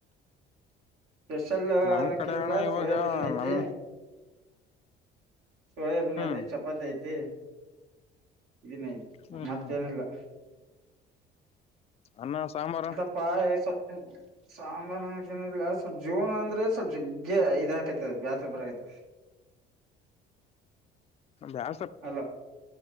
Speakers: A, on the right; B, on the left.
A: ಸ್ಪೆಷಲ್
B: ನಮ್
A: ಅನಕಿಲ್ಲ
B: ಕಡೆ ಅಣ್ಣ ಇವಾಗ
A: ಸೋಯಾಬೀನ್ ಐತೆ.
B: ನಮ್
A: ಸೋಯಬೀನ್
B: ಹ್ಮ್
A: ಐತೆ ಚಪಾತಿ ಐತಿ. <unintelligible>
B: ಹ್ಮ್
A: ಮತ್ತೇನಿಲ್ಲ.
B: ಹ್ಮ್ ಅನ್ನ ಸಾಂಬಾರು.
A: ಪ <unintelligible> ಸಾಂಬಾರೇನ್ ತಿನ್ನದಿಲ್ಲ ಸ್ವಲ್ಪ ಜೋಳ ಅಂದ್ರೆ ಸ್ವಲ್ಪ ಜಗ್ಗೆ ಇದ ಹಾಕೈತ ಬ್ಯಾಸ್ರ ಬರಕಾಯ್ತದೆ.
B: ಬ್ಯಾ
A: ಅಲ